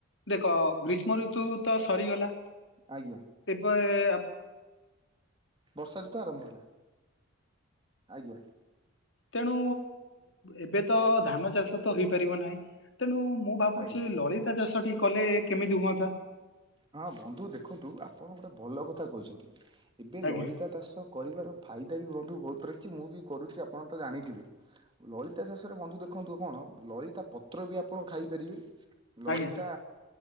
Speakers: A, on the left; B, on the right.
A: ଦେଖ ଗ୍ରୀଷ୍ମ ଋତୁ ତ ସରିଗଲା
B: ଆଜ୍ଞା
A: ଏବେ ଆପ
B: ବର୍ଷା ରୁତୁ ଆରମ୍ଭ ହେଲା। ଆଜ୍ଞା।
A: ତେଣୁ ଏବେ ମୁଁ ତ ଧାନ ଚାଷ ତ ହେଇପାରିବ ନାହିଁ। ତେଣୁ ମୁଁ ଭାବୁଛି
B: ଆଜ୍ଞା
A: ଲଳିତା ଚାଷଟି କଲେ କେମିତି ହୁଅନ୍ତା?
B: ହଁ ବନ୍ଧୁ ଦେଖନ୍ତୁ ଆପଣ ଗୋଟେ ଭଲ କଥା କହିଛନ୍ତି ଏବେ
A: ଆଜ୍ଞା
B: ଲଳିତା ଚାଷ କରିବାର ଫାଇଦା ବି ବନ୍ଧୁ ବହୁତ ରହିିଛି ମୁଁ ବି କରୁଛି ଆପଣ ତ ଜାଣିଥିବେ। ଲଳିତା ଚାଷରେ ବନ୍ଧୁ ଦେଖନ୍ତୁ କଣ ଲଳିତା ପତ୍ର ବି ଆପଣ ଖାଇପାରିବେ ଲଳିତା
A: ଆଜ୍ଞା